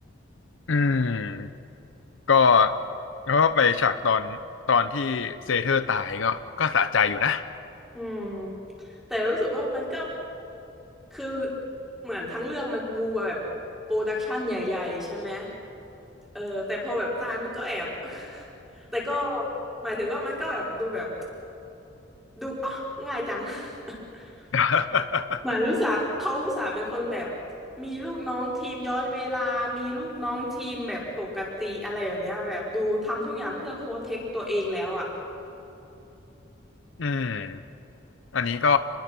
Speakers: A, on the left; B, in the centre.
A: อืมก็แล้วก็ไปฉากตอนตอนที่เซเธอร์ตายก็ก็สะใจอยู่นะ
B: อืมแต่รู้สึกว่ามันก็คือเหมือนทั้งเรื่องมันปูมาแบบโปรดักชันใหญ่ๆใช่ไหมเออแต่พอแบบตายมันก็แอบ <laughs> แต่ก็หมายถึงว่ามันก็แบบดูแบบดูอ๋อง่ายจัง <laughs>
A: <laughs>
B: เหมือนรู้สึกเขาอุตส่าห์เป็นคนแบบมีลูกน้องทีมย้อนเวลา มีลูกน้องทีมแบบปกติอะไรแบบเนี้ยแบบดูทำทุกอย่างเพื่อโปรเทคตัวเองแล้วอ่ะ
A: อืมอันนี้ก็